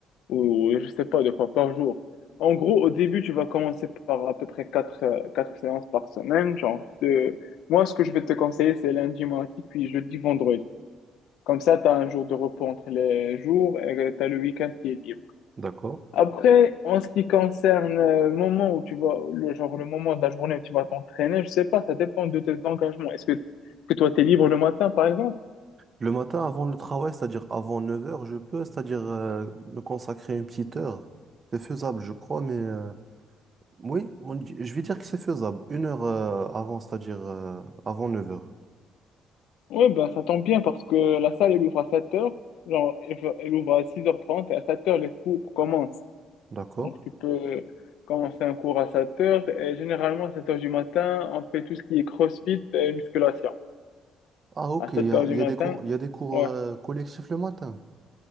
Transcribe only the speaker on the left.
ou, je sais pas, deux fois par jour. En gros, au début, tu vas commencer par à peu près quatre, euh, quatre séances par semaine. Genre, je te- moi, ce que je vais te conseiller, c'est lundi, mardi, puis jeudi, vendredi. Comme ça, tu as un jour de repos entre les jours et tu as le week-end qui est libre.
Après, en ce qui concerne euh, le moment où tu vas, le genre le moment de la journée où tu vas t'entraîner, je sais pas, ça dépend de tes engagements. Est-ce que, que toi, t'es libre le matin, par exemple?
Oui, ben ça tombe bien parce que la salle, elle ouvre à 7h. Genre, elle, va- elle ouvre à 6h30 et à 7h, les cours commencent.
Donc, tu peux commencer un cours à 7h et généralement, à 7h du matin, on fait tout ce qui est CrossFit et musculation.
À 7h
du
matin,
ouais.